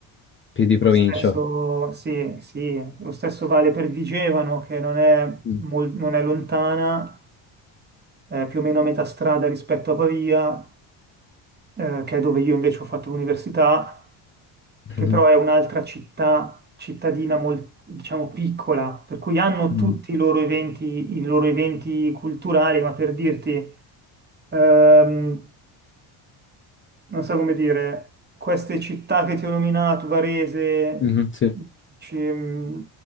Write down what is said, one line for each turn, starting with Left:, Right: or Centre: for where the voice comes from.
Left: più di provincia.
Right: Lo stesso, sì, sì, lo stesso vale per Vigevano, che non è,
Left: Mm.
Right: mol- non è lontana, è più o meno a metà strada rispetto a Pavia, eh, che è dove io invece ho fatto l'università. che
Left: Mhm.
Right: però è un'altra città, cittadina molto, diciamo, piccola, per cui hanno
Left: Mm.
Right: tutti i loro eventi, i loro eventi culturali, ma per dirti, ehm, non so come dire, queste città che ti ho nominato, Varese,
Left: Mhm, sì.
Right: ci- mm,